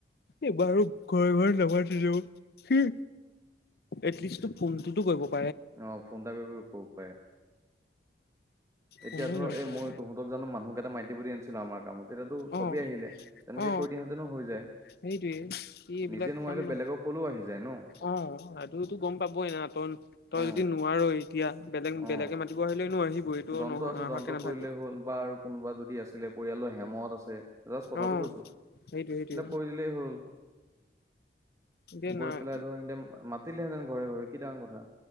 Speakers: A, on the left; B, on the right.
A: এইবাৰু ঘৰে ঘৰে নমাটিলেও সি এটলিষ্ট টো ফুনটোতো গ
B: অ ফোন এটা কৰি ক'ব পায়। এতিয়া
A: ফোনো
B: ধৰ
A: নাইকিয়া
B: এই মই তহঁতক জানো মানুহক এটা মতি বুলি আনিছিলো আমাৰ কামত। তেতিয়াতো চবেই
A: অ
B: আহিলে তেনেকে
A: অ
B: কৈ দিয়াহেঁতেনো হৈ যায়।
A: সেইটোৱে সি এইবিলাক
B: নিজে নোৱাৰিলে
A: কাম ন
B: বেলেগক কলেও আহি যায় ন
A: অ লাটুতো এই গম পাবই না তই তই
B: অ
A: যদি নোৱাৰই। এতিয়া বেলেগ
B: অ
A: বেলেগে মাতিব আহিলেনো আহিব। এইটো
B: দন্ত
A: নহ
B: আছে
A: অহাকে
B: দন্ত
A: নাথাকে
B: কৰিলে হ'ল বা আৰু কোনোবা যদি আছিলে পৰিয়ালৰ হেমহত আছে। জাষ্ট কথাটো
A: অ
B: কৈছো হেতক
A: সেইটোৱে সেইটোৱে
B: কৈ দিলেই হ'ল।
A: এতিয়া
B: গৈ
A: নাই
B: পেলাই ধৰ সিহতে মাতিলেহেঁতেন ঘৰে ঘৰে কি ডাঙৰ কথা।